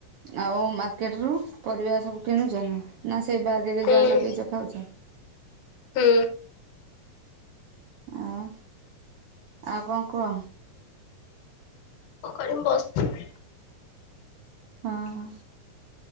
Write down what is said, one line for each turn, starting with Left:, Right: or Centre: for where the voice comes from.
Right: ଆଉ ମାର୍କେଟରୁ ପରିବା ସବୁ କିଣୁଛନା ନା ସେଇ ବାରିରେ
Left: ହୁଁ।
Right: ଯାହା ଲଗେଇଛ ଖାଉଛ?
Left: ହୁଁ।
Right: ଆଉ, ଆଉ କଣ କୁହ?
Left: କରି ମୁଁ ବସିଥିଲି।
Right: ହଁ- ହଁ।